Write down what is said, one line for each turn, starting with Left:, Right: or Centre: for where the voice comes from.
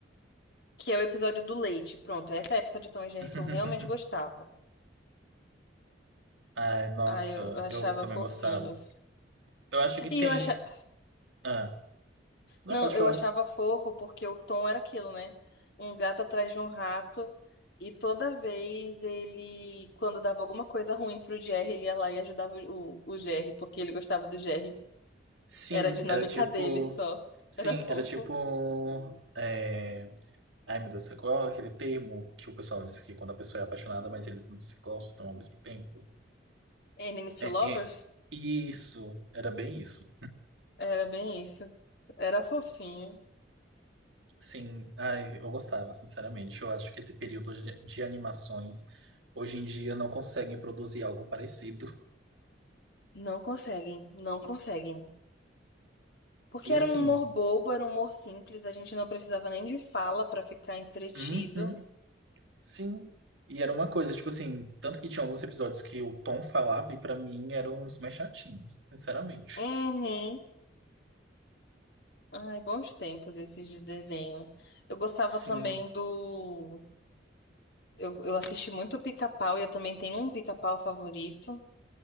Left: Que é o episódio do leite. Pronto, essa época de Tom e Jerry
Right: <laughs>
Left: que eu realmente gostava.
Right: Ai, nossa,
Left: Ah, eu eu achava
Right: eu também
Left: fofinhos.
Right: gostava. Eu acho que tem.
Left: E eu achava.
Right: Ah, não
Left: não,
Right: pode falar.
Left: eu achava fofo porque o Tom era aquilo, né? Um gato atrás de um rato. E toda vez ele, quando dava alguma coisa ruim pro Jerry, ele ia lá e ajudava o, o Jerry, porque ele gostava do Jerry.
Right: Sim,
Left: Era a dinâmica
Right: era tipo.
Left: dele só.
Right: Sim,
Left: Era fofo.
Right: era tipo. é, Ai, meu Deus, qual é aquele termo que o pessoal diz que quando a pessoa é apaixonada, mas eles não se gostam ao mesmo tempo?
Left: Enemies
Right: É,
Left: to Lovers?
Right: é... Isso, era bem isso.
Left: Era bem isso. Era fofinho.
Right: Sim, ai, eu gostava, sinceramente. Eu acho que esse período de, de animações hoje em dia não conseguem produzir algo parecido.
Left: Não conseguem, não conseguem. Porque
Right: E
Left: era
Right: assim,
Left: um humor bobo, era um humor simples, a gente não precisava nem de fala pra ficar entretido.
Right: uhum. Sim. E era uma coisa, tipo assim, tanto que tinha alguns episódios que o Tom falava e pra mim eram os mais chatinhos, sinceramente.
Left: Uhum. Ai, bons tempos esses de desenho. Eu gostava
Right: Sim,
Left: também do. Eu, eu assisti muito Pica-Pau e eu também tenho um Pica-Pau favorito,